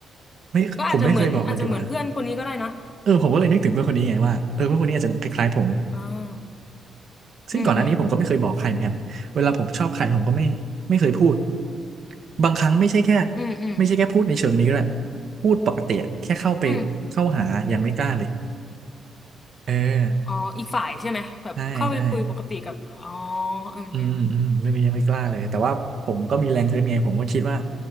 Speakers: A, on the right (about 55°); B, on the left (about 30°).
A: ไม่ผมไม่เคยบอกเลยดีกว่า
B: ก็อาจจะเหมือนอาจจะเหมือนเพื่อนคนนี้ก็ได้นะ
A: เออผมก็เลยนึกถึงเพื่อนคนนี้ไงว่าเออเพื่อนคนนี้อาจจะคล้ายๆผม
B: อ่า
A: ซึ่งก่อนหน้านี้ผมก็ไม่เคยบอกใครเหมือนกันเวลาผมชอบใครผมก็ไม่ไม่เคยพูด
B: อืมอืม
A: บางครั้งไม่ใช่แค่
B: อืมอืม
A: ไม่ใช่แค่พูดในเชิงนี้ด้วยพูดปกติอะแค่เข้าไปเข้าหายังไม่กล้าเลย
B: อืม
A: เออ
B: อ๋ออีกฝ่ายใช่ไหมแบบเข้าไปคุยปกติกับอ๋อ
A: ใช่ใช่
B: อืมอืม
A: อืมอืมเรื่องนี้ยังไม่กล้าเลยแต่ว่าผมก็มีแรงฮึดไงผมก็คิดว่า